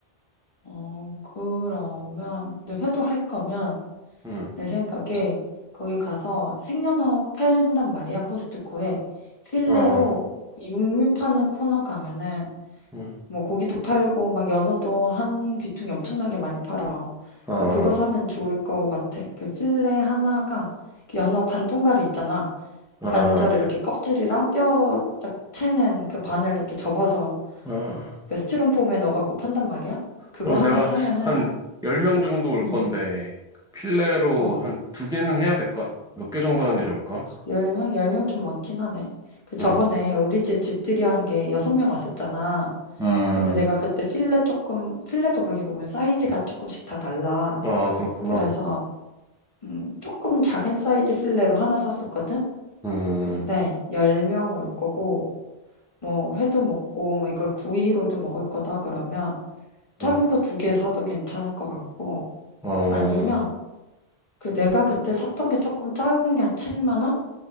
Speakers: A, on the left; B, in the centre.
A: 어, 그러면, 근데 회도 할 거면,
B: 음,
A: 내 생각에, 거기 가서 생연어 팔단 말이야, 코스트코에. 필레로
B: 아,
A: 육류 파는 코너 가면은,
B: 음.
A: 뭐, 고기도 팔고, 막, 연어도 한 귀퉁이 엄청나게 많이 팔아.
B: 아,
A: 그거 사면 좋을 것 같아. 그 필레 하나가, 그 연어 반 통갈이 있잖아.
B: 응
A: 반절
B: 아,
A: 이렇게 껍질이랑 뼈 쫙 채는 그 반을 이렇게 접어서
B: 아, 아.
A: 그 스티로폼에 넣어갖고 판단 말이야? 그거
B: 그럼
A: 하나
B: 내가
A: 사면은,
B: 한 10명 정도 올
A: 응,
B: 건데, 필레로
A: 어,
B: 한 두 개는 해야 될까? 몇 개 정도 하는 게 좋을까?
A: 10명? 10명 좀 많긴 하네. 그 저번에
B: 응.
A: 우리 집 집들이 한 게 6명 왔었잖아.
B: 음,
A: 근데 내가 그때 필레 조금, 필레도 거기 보면 사이즈가 조금씩 다 달라.
B: 아, 그렇구나.
A: 그래서, 음, 조금 작은 사이즈 필레로 하나 샀었거든?
B: 음,
A: 근데 10명 올 거고, 뭐 회도 먹고 뭐 이걸 구이로도 먹을 거다 그러면 작은
B: 음,
A: 거 두 개 사도 괜찮을 것 같고,
B: 어,
A: 아니면 그 내가 그때 샀던 게 조금 작은 게 한 7만 원?